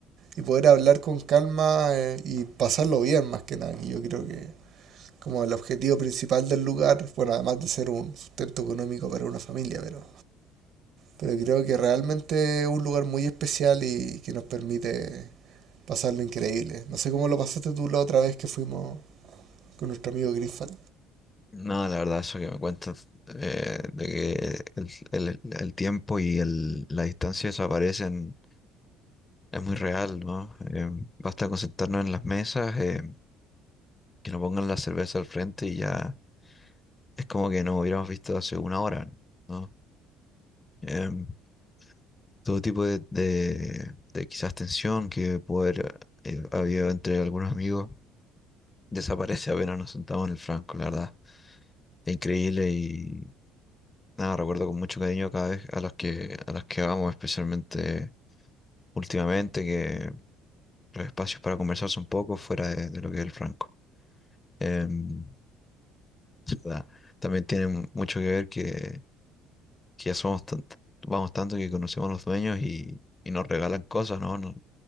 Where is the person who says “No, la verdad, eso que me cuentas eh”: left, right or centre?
Left